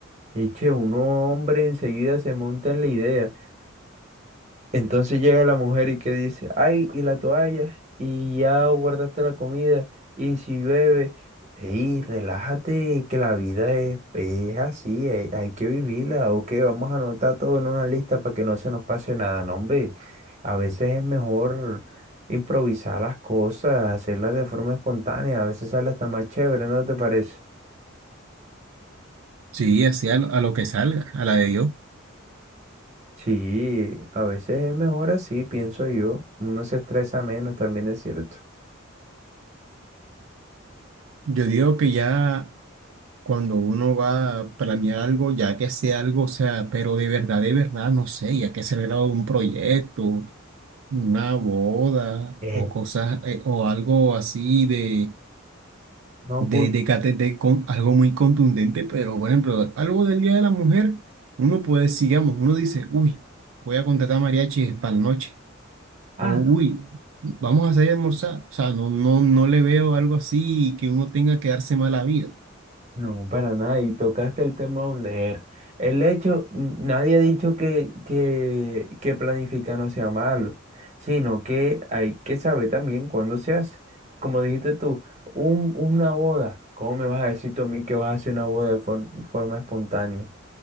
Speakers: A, on the right; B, on the right.
A: Eche, uno hombre enseguida se monta en la idea. Entonces llega la mujer y que dice, ay, y la toalla, y ya guardaste la comida, y si llueve, ey, relájate, que la vida es, es así, hay, hay que vivirla, ok, vamos a anotar todo en una lista para que no se nos pase nada, no, hombre, a veces es mejor improvisar las cosas, hacerlas de forma espontánea, a veces sale hasta más chévere, ¿no te parece?
B: Sí, así a lo, a lo que salga, a la de Dios.
A: Sí, a veces es mejor así, pienso yo, uno se estresa menos, también es cierto.
B: Yo digo que ya cuando uno va a planear algo, ya que sea algo, o sea, pero de verdad, de verdad, no sé, ya que sea el grado de un proyecto, una boda
A: Eh,
B: o cosas, eh, o algo así de
A: no,
B: de, de KTT con algo muy contundente, pero por ejemplo, algo del Día de la Mujer, uno puede, decir, digamos uno dice, uy, voy a contratar mariachis para la noche,
A: Ah,
B: o uy, vamos a salir a almorzar, o sea, no, no, no le veo algo así que uno tenga que darse mala vida. <laughs>
A: no, para nada. Y tocaste el tema donde era. El hecho, n- nadie ha dicho que, que, que planificar no sea malo, sino que hay que saber también cuándo se hace. Como dijiste tú, un, una boda. ¿Cómo me vas a decir tú a mí que vas a hacer una boda de for- forma espontánea?